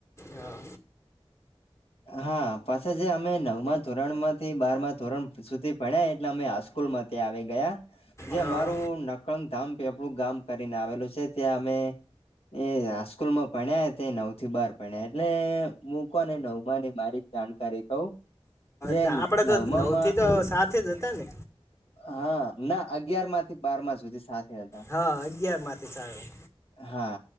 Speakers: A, on the left (about 25°); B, on the left (about 70°).
A: હા.
B: હા પાછા જે અમે નવમાં ધોરણ માંથી બાર માં ધોરણ સુધી ભણ્યા એટલે અમે હાઈસ્કૂલ માંથી આવી ગયા, જે
A: હા
B: અમારું નકળગ ધામ ગામ કરીને આવેલું છે ત્યાં અમે એ આ સ્કૂલ માં ભણ્યા હતા નવ થી બાર. પણ એટલે મુકોને નવમાંની મારી જાણકારી કવ. જે
A: હ આપડે
B: નવમામાં
A: તો નવ થી તો સાથે જ હતા ને.
B: હા ના અગિયારમાંથી બારમાં સુધી સાથે હતા.
A: હા અગિયારમાંથી સારું
B: હા,